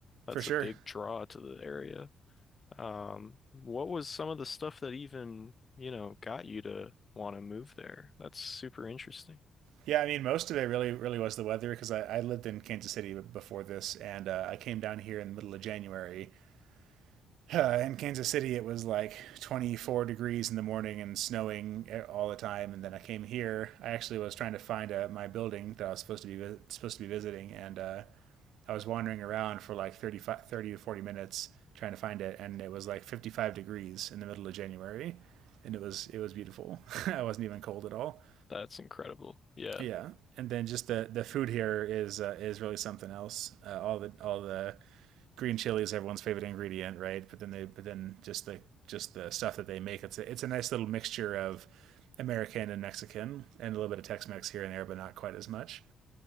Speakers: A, on the left; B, on the right.
A: That's
B: for sure.
A: a big draw to the area. Um, what was some of the stuff that even, you know, got you to want to move there? That's super interesting.
B: Yeah, I mean, most of it really, really was the weather because I, I lived in Kansas City before this, and uh, I came down here in the middle of January. <sighs> Uh, in Kansas City, it was like 24 degrees in the morning and snowing eh, all the time. And then I came here. I actually was trying to find uh my building that I was supposed to be supposed to be visiting, and uh, I was wandering around for like 35, 30 to 40 minutes trying to find it, and it was like 55 degrees in the middle of January, and it was it was beautiful. <laughs> I wasn't even cold at all.
A: That's incredible. Yeah.
B: Yeah, and then just the the food here is uh, is really something else. Uh, all the all the green chili is everyone's favorite ingredient, right? But then they but then just the just the stuff that they make it's a, it's a nice little mixture of American and Mexican and a little bit of Tex-Mex here and there, but not quite as much.